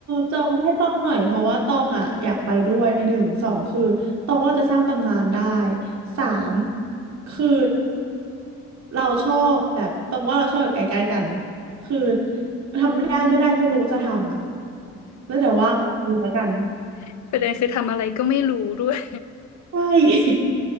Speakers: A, on the right (about 65°); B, on the left (about 65°).
A: จองให้ตองหน่อยเพราะว่าตองอ่ะอยากไปด้วยหนึ่งสองคือตองว่าเราจะสร้างตำนานได้สามคือเราชอบแบบตองว่าเราชอบแบบใกล้ๆกันคือทำไม่ได้ไม่ได้ไม่รู้จะทำอ่ะแล้วเดี๋ยวว่าดูแล้วกัน
B: <laughs> ประเด็นคือทำอะไรก็ไม่รู้ด้วย
A: ใช่ <laughs>